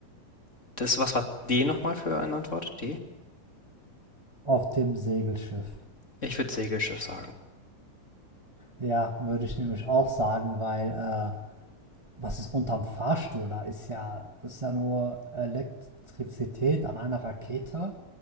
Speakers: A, on the left (about 25°); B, on the right (about 30°).
A: das, was war D nochmal für eine Antwort? D?
B: auf dem Segelschiff.
A: Ich würde Segelschiff sagen.
B: Ja, würde ich nämlich auch sagen, weil äh, was ist unterm Fahrstuhl? Da ist ja, ist ja nur Elektrizität an einer Rakete.